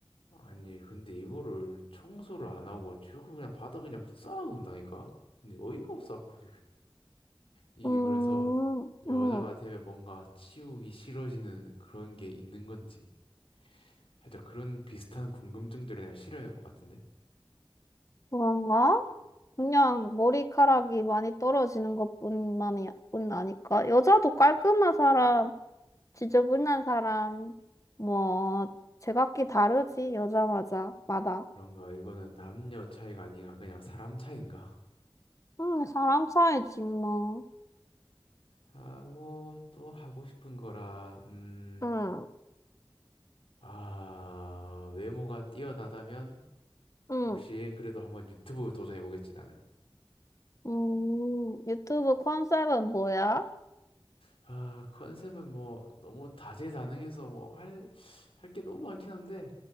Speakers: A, on the left; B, on the left.
A: 아니, 근데 이거를 청소를 안 하고 최고 그냥 바닥 그냥 쌓아놓는다니까? 근데 어이가 없어갖고 지금. 이게
B: 음,
A: 그래서 여자가
B: 음,
A: 되면 뭔가 치우기 싫어지는 그런 게 있는 건지 살짝 그런 비슷한 궁금증들을 내가 실현해 볼 것 같은데
B: 그런가? 그냥 머리카락이 많이 떨어지는 것뿐만이 뿐 아니까. 여자도 깔끔한 사람, 지저분한 사람, 뭐 제각기 다르지 여자마자 마다.
A: 그런가 이거는 남녀 차이가 아니라 그냥 사람 차이인가?
B: 응, 사람 사이지, 뭐.
A: 하고 또 하고 싶은 거라 음...
B: 응,
A: 아... 외모가 뛰어나다면
B: 응.
A: 역시 그래도 한번 유튜브 도전해 보겠지 나는
B: 음, 유튜브 컨셉은 뭐야?
A: 아, 컨셉은 뭐 너무 다재다능해서 뭐 할, 할 게 너무 많긴 한데.